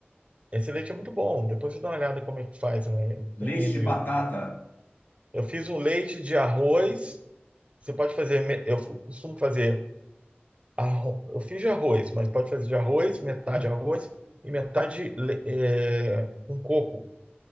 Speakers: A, on the right; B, on the left.
A: esse leite é muito bom. Depois você dá uma olhada como é que faz, né?
B: Leite
A: Tem aí no
B: de batata?
A: YouTube. Eu fiz um leite de arroz. Você pode fazer, me- eu costumo fazer, arro- eu fiz de arroz, mas pode fazer de arroz, metade arroz e metade le- é, um coco.